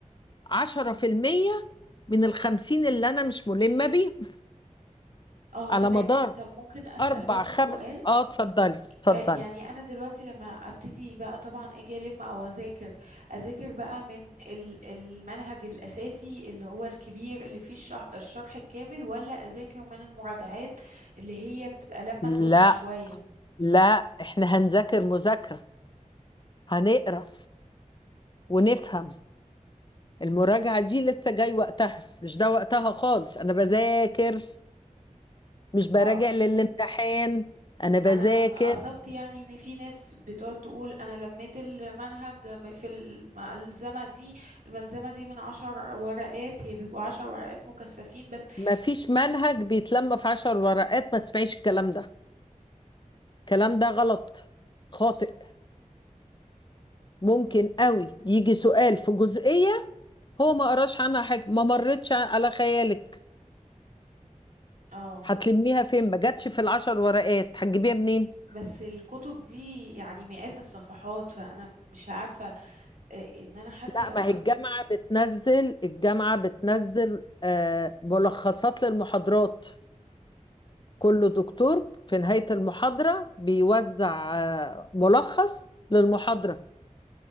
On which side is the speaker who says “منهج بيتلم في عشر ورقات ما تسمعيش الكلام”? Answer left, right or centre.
Left